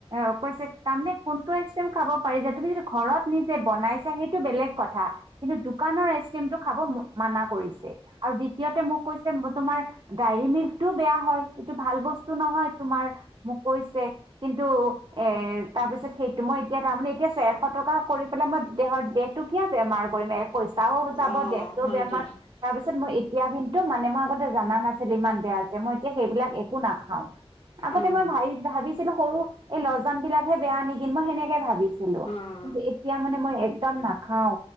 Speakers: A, on the right; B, on the left.
A: অ কৈছে তামানে কোনটো এক্সট্ৰেমত খাব পাৰি তুমি যদি ঘৰত নিজে বনাইছে সেইটো বেলেগ কথা কিন্তু দোকানৰ আইচ ক্ৰীম টো খাব মানা কৰিছে আৰু দ্বিতীয়তে মোক কৈছে তোমাৰ ডায়েৰী মিল্কটোও বেয়া হয় এইটো ভাল বস্তু নহয় তোমাৰ মোক কৈছে কিন্তু এ তাৰপিছত সেইটো মই এতিয়া তাৰমানে এতিয়া এশ টকা কৰি পেলাই মই দেহত দেহটো কিয় বেমাৰ কৰিম এক পইচা পইছা যাব
B: অ',
A: দেহতও
B: হয়
A: বেমাৰ
B: দিয়া
A: তাৰ পিছত মই এতিয়া কিন্তু মানে মই আগতে জানা নাছিল ইমান বেয়া যে মই এতিয়া সেইবিলাক একো নাখাও আগতে
B: অ',
A: মই ভ ভাবিছিলো সৰু এই লজন বিলাক বেয়া নেকি মই সেনেকে ভাবিছিলো
B: অ',
A: কিন্তু এতিয়া মানে মই একদম নাখাও